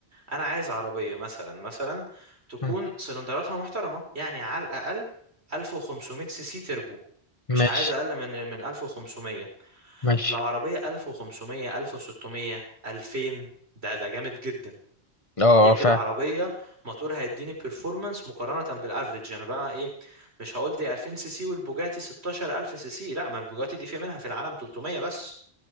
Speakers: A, on the right; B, on the left.
A: انا عايز عربيه مثلا مثلا تكون
B: مم.
A: سلندراتها محترمه يعني على الاقل 1500 سي سي تربو مش
B: ماشي
A: عايز اقل من من 1500
B: ماشي
A: لو عربيه 1500 1600 2000 ده ده جامد جدا
B: اه
A: دي
B: آه،
A: كده
B: فعلا
A: عربية موتور هيديني بيرفورمانس مقارنة بالافريج انا بقى ايه مش هقول دي 2000 سي سي والبوجاتي 16000 سي سي لا ما البوجاتي دي في منها في العالم 300 بس